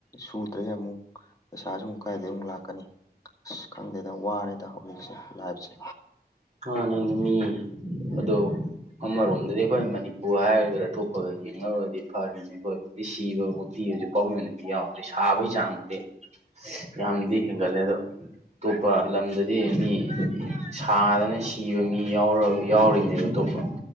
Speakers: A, on the left; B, on the right.
A: ꯁꯨꯗ꯭ꯔꯒ ꯑꯃꯨꯛ ꯄꯩꯁꯥꯁꯨ ꯑꯃꯨꯛ ꯀꯥꯏꯗꯩ ꯑꯃꯨꯛ ꯂꯥꯛꯀꯅꯤ ꯑꯁ ꯈꯪꯗꯦꯗ ꯋꯥꯔꯦꯗ ꯍꯧꯖꯤꯛꯁꯦ ꯂꯥꯏꯞꯁꯦ
B: ꯃꯥꯟꯅꯤ ꯃꯤ ꯑꯗꯣ ꯑꯃꯔꯣꯝꯗꯗꯤ ꯑꯩꯈꯣꯏ ꯃꯅꯤꯄꯨꯔ ꯍꯥꯏꯔꯒ ꯑꯇꯣꯞꯄꯒ ꯌꯦꯡꯅꯔꯨꯔꯗꯤ ꯐꯔꯤꯅꯦ ꯈꯣꯏ ꯁꯤꯕ ꯕꯛꯇꯤ ꯍꯧꯖꯤꯛ ꯐꯥꯎꯒꯤ ꯑꯣꯏꯅꯗꯤ ꯌꯥꯎꯗ꯭ꯔꯤ ꯁꯥꯕꯩ ꯆꯥꯡꯕꯨꯗꯤ ꯌꯥꯝꯗꯤ ꯍꯦꯟꯒꯠꯂꯦ ꯑꯗꯣ ꯇꯣꯞꯄ ꯂꯝꯗꯗꯤ ꯃꯤ ꯁꯥꯗꯅ ꯁꯤꯕ ꯃꯤ ꯌꯥꯎꯔ ꯌꯥꯎꯔꯤꯅꯦꯕ ꯇꯣꯞ ꯄ